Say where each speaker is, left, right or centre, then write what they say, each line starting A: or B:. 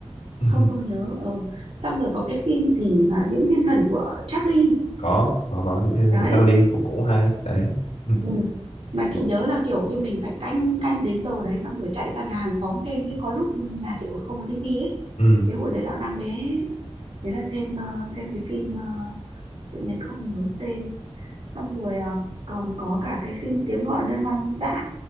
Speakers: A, on the left; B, on the right.
A: <laughs>
B: không không nhớ ờ. xong rồi có cái phim gì mà những thiên thần của Charlie
A: có có có những cái
B: đấy
A: của Charlie cũng cũng hay đấy <laughs> ừ.
B: Ừ. Mà chị
A: Mà-
B: nhớ là kiểu như mình phải canh canh đến giờ đấy xong rồi chạy ra nhà hàng xóm xem chứ có lúc nhà chị còn không có tivi ấy
A: ừ
B: cái hồi đấy là đang bé ấy. thế là xem ờ, xem cái phim ờ, tự nhiên không nhớ tên xong rồi ờ, còn có cả cái phim tiếng gọi nơi hoang dã